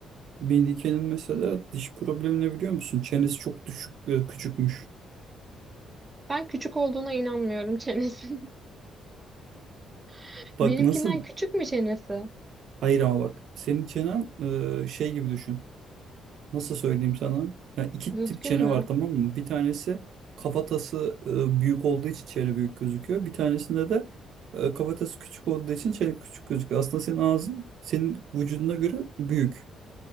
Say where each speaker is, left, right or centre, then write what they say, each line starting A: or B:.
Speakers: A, on the right (about 75°); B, on the right (about 20°).
A: Melike'nin mesela diş problemi ne biliyor musun? Çenesi çok düşük e, küçükmüş.
B: Ben küçük olduğuna inanmıyorum çenesi. <laughs>
A: Bak
B: Benimkinden
A: nasıl
B: küçük mü çenesi?
A: hayır ama bak senin çenen e, şey gibi düşün. Nasıl söyleyeyim sana? Ya iki
B: Düzgün
A: tip çene
B: mü?
A: var tamam mı? Bir tanesi kafatası e, büyük olduğu için çene büyük gözüküyor. Bir tanesinde de e, kafatası küçük olduğu için çene küçük gözüküyor. Aslında senin ağzın senin vücuduna göre büyük.